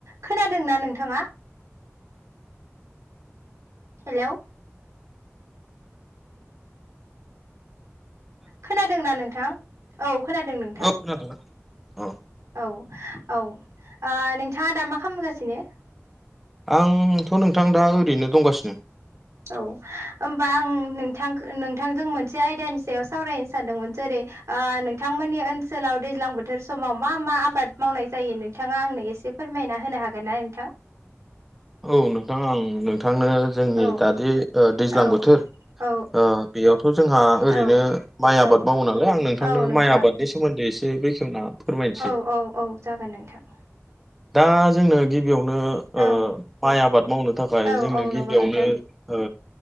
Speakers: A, on the right (about 80°); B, in the centre.
A: खोनादोंना नोंथाङा हेल' खोनादोंना नोंथां औ खोनादों नोंथां
B: औ खोनादोंना औ
A: औ औ ओ नोंथाङा दा मा खालामगासिनो?
B: आंथ' नोंथां दा ओरैनो दंगासिनो
A: औ होमबा आं नोंथां नोंथांजों मोनसे आयदानि सायाव सावरायनो सानदोंमोन जेरै ओ नोंथां मोननि ओनसोलाव दैज्लां बोथोर समाव मा मा आबाद मावनाय जायो? नोंथाङा आंनो एसे फोरमायना होनो हागोन हागोनना नोंथां?
B: औ नोंथां आं नोंथांनो जोंनि
A: औ
B: दादि ओ दैज्लां
A: औ
B: बोथोर
A: औ
B: ओ बेयावथ' जोंहा ओरैनो
A: औ
B: माइ
A: औ
B: आबाद मावो नालाय आं नोंथांनो
A: औ नोंथां
B: माइ आबादनि सोमोन्दै ए से बेखेवना फोरमायनोसै
A: औ औ औ जागोन नोंथां।
B: दा जोंनो गिबियावनो ओ
A: औ
B: माइ आबाद मावनो थाखाय
A: औ
B: जोंनो
A: औ नंगौ
B: गिबियावनो
A: नोंथां
B: ओ